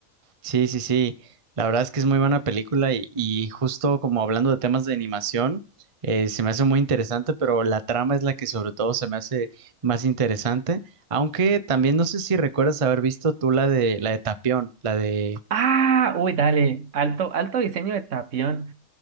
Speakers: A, on the right (about 30°); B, on the right (about 65°).
A: Sí, sí, sí. La verdad es que es muy buena película y, y justo como hablando de temas de animación, eh, se me hace muy interesante, pero la trama es la que sobre todo se me hace más interesante. Aunque también no sé si recuerdas haber visto tú la de la de Tapión, la de...
B: Ah, uy, dale. Alto, alto diseño de Tapión.